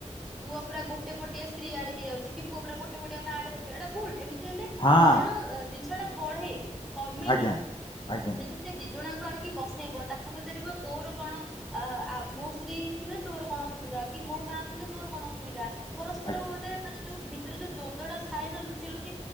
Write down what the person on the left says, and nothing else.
ହଁ
ଆଜ୍ଞା ଆଜ୍ଞା
ଆଜ୍ଞା